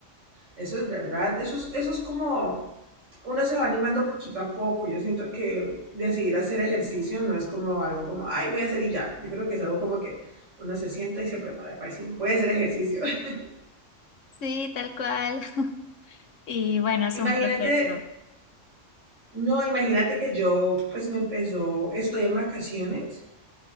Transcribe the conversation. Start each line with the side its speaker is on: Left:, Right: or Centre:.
Right: eso es verdad, eso es, eso es como uno se va animando poquito a poco. Yo siento que decidir hacer ejercicio no es como algo como, ay, voy a hacer y ya. Yo creo que es algo como que uno se sienta y se prepara para decir, voy a hacer ejercicio. <laughs>
Left: Sí, tal cual. <laughs> Y bueno, es
Right: imagínate,
Left: un proceso.
Right: no, imagínate que yo pues me empezó, estoy en vacaciones